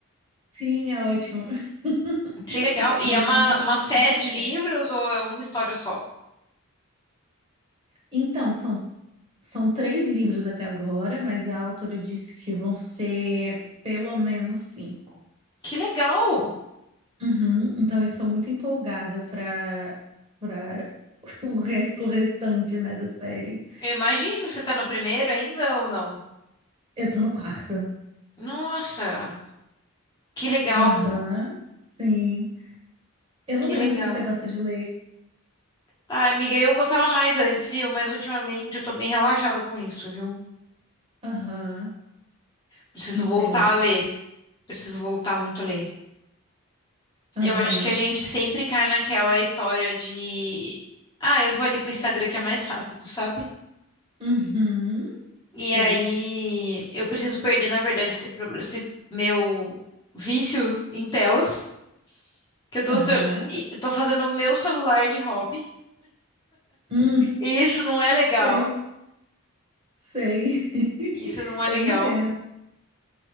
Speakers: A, on the right (about 25°); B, on the left (about 20°).
A: Sim, é ótimo. <laughs>
B: Que legal. E
A: Mas
B: é uma,
A: é muito,
B: uma
A: é
B: série
A: muito empolgante.
B: de livros ou é uma história só?
A: Então, são, são três livros até agora, mas a autora disse que vão ser pelo menos cinco.
B: Que legal.
A: Uhum, então, eu estou muito empolgada para para <laughs> o resto, o restante, né, da série.
B: Eu imagino, você tá no primeiro ainda ou não?
A: Eu tô no quarto.
B: Nossa, que legal.
A: Aham, sim. Eu não
B: Que
A: lembro
B: legal.
A: se você gosta de ler.
B: Ai, amiga, eu gostava mais antes, viu? Mas ultimamente eu tô bem relaxada com isso, viu?
A: Aham,
B: Preciso
A: entendo.
B: voltar a ler. Preciso voltar muito a ler.
A: Aham,
B: Eu acho que a gente sempre cai naquela história de. Ah, eu vou ali pro Instagram que é mais rápido, sabe?
A: uhum,
B: E
A: sei.
B: aí eu preciso perder, na verdade, esse, prob- esse meu vício em telas. Que eu tô,
A: Aham,
B: e- eu tô fazendo o meu celular de hobby.
A: hum,
B: E isso não é legal.
A: sei, sei.
B: Isso
A: <laughs>
B: não é
A: Eu
B: legal.
A: entendo,